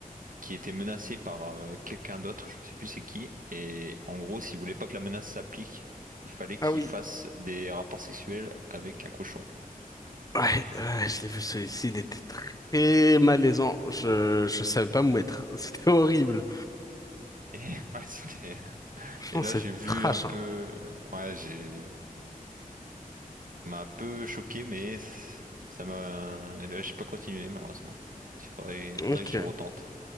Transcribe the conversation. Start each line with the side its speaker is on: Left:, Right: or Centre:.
Right: qui étaient menacés par euh, quelqu'un d'autre, je sais plus c'est qui. Et en gros, s'ils voulaient pas que la menace s'applique, il fallait qu'ils
Left: Ah oui.
Right: fassent des rapports sexuels avec un cochon.
Left: Ouais, ouais, je l'ai vu celui-ci, il était très malaisant. Je, je savais pas me mettre. <laughs> C'était horrible.
Right: Et, <laughs> ouais, c'était-
Left: Franchement,
Right: et là,
Left: c'est
Right: j'ai vu
Left: trash,
Right: un peu.
Left: hein.
Right: Ouais, j'ai. ça m'a un peu choqué, mais c- ça m'a. ouais, J'ai pas continué, malheureusement. Il faudrait, faudrait
Left: Ok.
Right: que je retente.